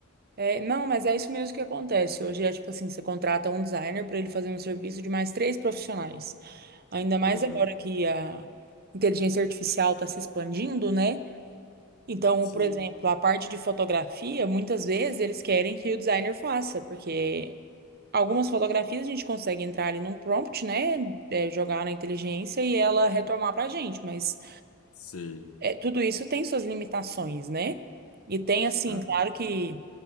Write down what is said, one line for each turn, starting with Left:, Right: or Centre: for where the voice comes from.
Right: É, não, mas é isso mesmo que acontece. Hoje é tipo assim, você contrata um designer para ele fazer um serviço de mais três profissionais. Ainda mais
Left: Aham.
Right: agora que a inteligência artificial está se expandindo, né? Então,
Left: Sim,
Right: por exemplo, a parte de fotografia, muitas vezes eles querem que o designer faça, porque algumas fotografias a gente consegue entrar ali num prompt, né? É, jogar na inteligência e ela retomar pra gente, mas
Left: sim.
Right: é, tudo isso tem suas limitações, né? E tem, assim,
Left: Aham,
Right: claro que